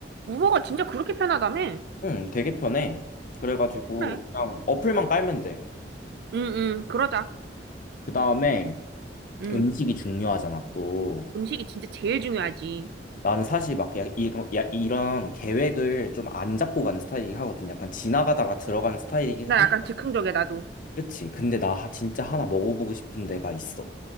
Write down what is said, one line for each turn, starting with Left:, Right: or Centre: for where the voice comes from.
Right: 우버가 진짜 그렇게 편하다며?
Left: 응, 되게 편해. 그래가지고
Right: 그래.
Left: 그냥 어플만 깔면 돼.
Right: 응응. 그러자.
Left: 그 다음에
Right: 응.
Left: 음식이 중요하잖아 또.
Right: 음식이 진짜 제일 중요하지.
Left: 나는 사실 막 야, 이, 야, 이런 계획을 좀 안 잡고 가는 스타일이긴 하거든. 약간 지나가다가 들어가는 스타일이긴
Right: 나
Left: 한데.
Right: 약간 즉흥적이야, 나도.
Left: 그치? 근데 나 하- 진짜 하나 먹어보고 싶은 데가 있어.